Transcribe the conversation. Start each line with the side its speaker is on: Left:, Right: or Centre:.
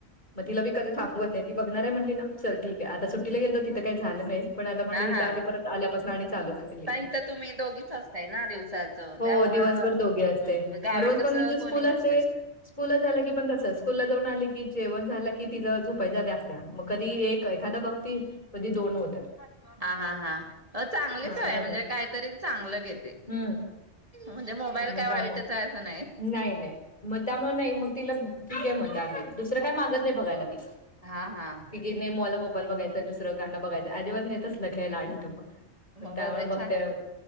Left: मग तिला मी की थांबवत नाही. ती बघणार आहे म्हटली ना चल ठीक आहे आता सुट्टी गेलतो तिथे तर काही झालं नाही. पण आता म्हणलं
Right: हा
Left: इथं
Right: हा
Left: आली परत आल्यापासून आणि परत चालू करेल ही.
Right: ताई तर तुम्ही दोघीच असताय ना दिवसाचं
Left: हो
Right: त्यामुळं
Left: दिवसभर दोघी असताय,
Right: गावी
Left: मग रोज
Right: कसं
Left: पण तीची स्कूल
Right: कोणी नसतंय
Left: असते. स्कूलला झाली का पण तसंच, स्कूलला जाऊन आली की जेवण झालं की तिला झोपायचं असतं मग कधी एक. एखादा बघती कधी दोन होतात.
Right: हा हा हा चांगली
Left: मग
Right: सवय
Left: असं म्हणत्या
Right: म्हणजे काहीतरी चांगलं घेते.
Left: हम्म
Right: म्हणजे मोबाईल
Left: मग
Right: काय
Left: त्यामुळं
Right: वाईटच आहे असं
Left: नाही नाही, मग त्यामुळं नाही मग तिला ठीक आहे म्हणतोय, आम्ही दुसरं कायं मागत नाही बघायला. ती
Right: हा हा
Left: घेत नाही मला मोबा- -ईल बघायंच दुसरं गाण बघायच अजिबात नाही तसलं काही लाड इथं मग.
Right: मोबाईल
Left: त्यामुळे
Right: रे
Left: बघते.
Right: छान आहे